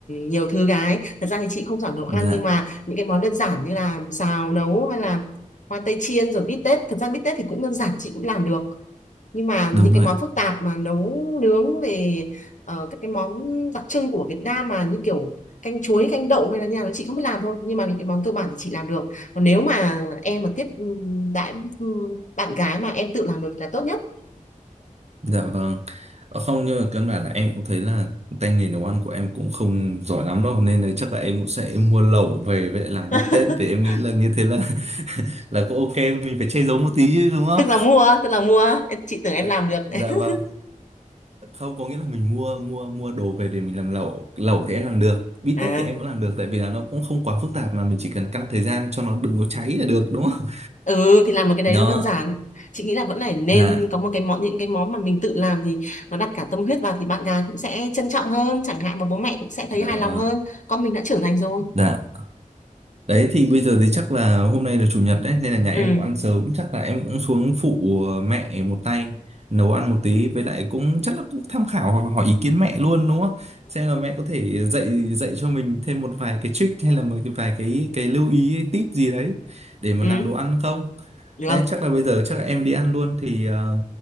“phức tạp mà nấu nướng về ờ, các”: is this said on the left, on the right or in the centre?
Left